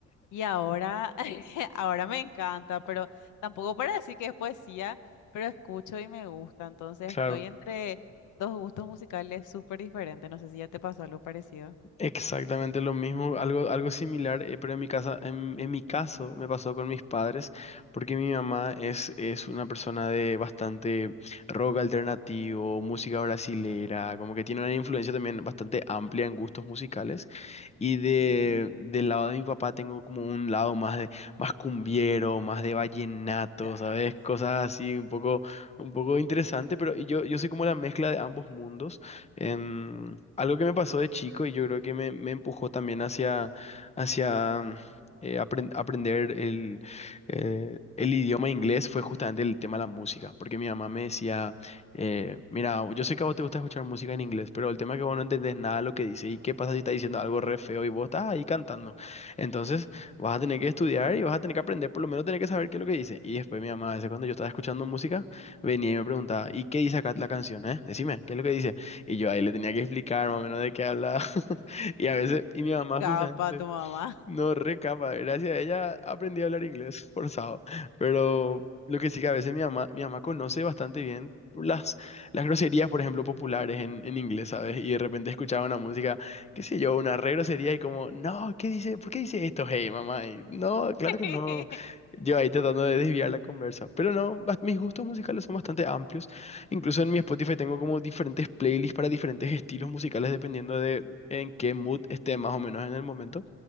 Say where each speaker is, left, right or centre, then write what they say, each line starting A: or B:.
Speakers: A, on the left; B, on the left.
A: Y ahora, <laughs> ahora me encanta, pero tampoco para decir que es poesía, pero escucho y me gusta. Entonces
B: Claro.
A: estoy entre dos gustos musicales súper diferentes. No sé si ya te pasó algo parecido.
B: Exactamente lo mismo, algo, algo similar, eh, pero en mi casa, en, en mi caso me pasó con mis padres, porque mi mamá es, es una persona de bastante rock alternativo, música brasilera, como que tiene una influencia también bastante amplia en gustos musicales, y de,
A: Ujú.
B: del lado de mi papá tengo como un lado más de, más cumbiero, más de vallenato,
A: Ya.
B: ¿sabes? Cosas así, un poco, un poco interesante, pero yo, yo soy como la mezcla de ambos mundos. Em, algo que me pasó de chico y yo creo que me, me empujó también hacia, hacia mm, eh, apren- aprender el, eh, el idioma inglés fue justamente el tema de la música, porque mi mamá me decía, eh, mira, yo sé que a vos te gusta escuchar música en inglés, pero el tema es que vos no entendés nada de lo que dice y qué pasa si está diciendo algo re feo y vos estás ahí cantando. Entonces vas a tener que estudiar y vas a tener que aprender, por lo menos tener que saber qué es lo que dice. Y después mi mamá, a veces cuando yo estaba escuchando música, venía y me preguntaba, ¿y qué dice acá la canción, eh? Decime, ¿qué es lo que dice? Y yo ahí le tenía que explicar más o menos de qué hablaba. <laughs> Y a veces, y mi mamá
A: Qué capa
B: justamente,
A: tu mamá.
B: no, re capa. Gracias a ella aprendí a hablar inglés <laughs> forzado. Pero lo que sí que a veces mi mamá, mi mamá conoce bastante bien las, las groserías, por ejemplo, populares en, en inglés, ¿sabes? Y de repente escuchaba una música, qué sé yo, una re grosería y como, no, ¿qué dice? ¿Por qué dice esto? Hey, mamá. Y, no, claro
A: <laughs>
B: que no. Yo ahí tratando de desviar la conversa. Pero no, bas- mis gustos musicales son bastante amplios. Incluso en mi Spotify tengo como diferentes playlists para diferentes estilos musicales dependiendo de en qué mood esté más o menos en el momento